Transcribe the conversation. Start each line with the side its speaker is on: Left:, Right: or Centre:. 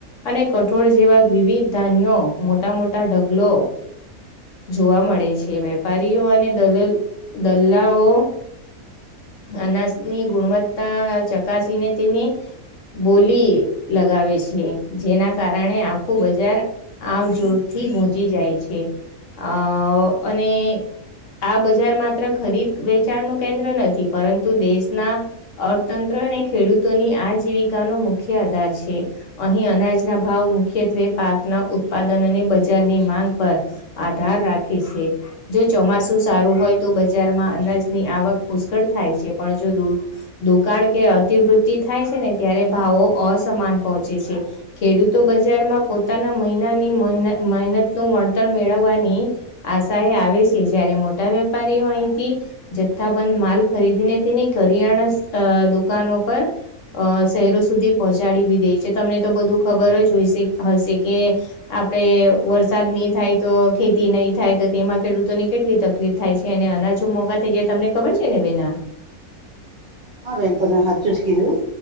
Left: અને કઠોળ જેવા વિવિધ ધાન્યો મોટા -મોટા ઢગલો જોવા મળે છે. વેપારીઓ અને દલ દલ્લાઓ અનાજની ગુણવત્તા ચકાસીને તેની બોલી લગાવે છે. જેના કારણે આખું બજાર આવ જોરથી ગુંજી જાય છે. અ અને આ બજાર માત્ર ખરીદ વેચાણ નું કેન્દ્ર નથી પરંતુ દેશના અર્થતંત્ર ને ખેડૂતોની આજીવિકા નો મુખ્ય આધાર છે. અહીં અનાજના ભાવ મુખ્યત્વે પાકના ઉત્પાદન અને બજારની માંગ પર આધાર રાખે છે. જો ચોમાસું સારું હોય તો બજારમાં અનાજની આવક પુષ્કળ થાય છે પણ જો દુ દુકાળ કે અતિવૃત્તિ થાય છે ને ત્યારે ભાવો અસમાન પહોંચે છે. ખેડૂતો બજાર માં પોતાના મહિનાની મહેનત નું વળતર મેળવવાની આશાએ આવે છે જયારે મોટા વેપારીઓ અહીથી જથ્થાબંધ માલ ખરીદીને તેની કરિયાણા અ દુકાનો પર અ શહેરો સુદી પહોંચાડી બી દેય છે તમને તો બધું ખબર જ હોયશે હશે કે આપડે વરસાદ નહી થાય તો ખેતી નહી થાય તો તેમાં ખેડૂતોને કેટલી તક તકલીફ થાય છે, અને અનાજો મોંઘા થઈ જાય તમને ખબર છે ને બેન આ?
Right: હાં, બેન તમે હાચુંજ કીધું.